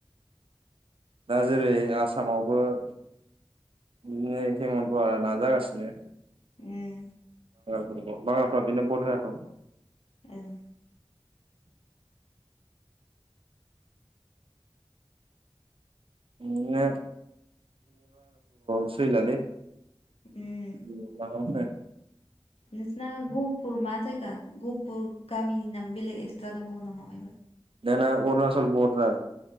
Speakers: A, on the right; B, on the left.
A: दा जेरै आसामावबो बिदिनो हेमन्थ आ नाजागासिनो।
B: उम।
A: <unintelligible> बाङालफ्रा बेनो भद होआथ'।
B: ओं।
A: इदिनो। <unintelligible> सैलालै।
B: उम
A: <unintelligible>
B: नोंसिना गहपुर मा जायगा गहपुर गामिनि नामा बेलेग एक्सट्रा दंबावो नामा मायबा
A: जोंना अरुणाचल बर्डार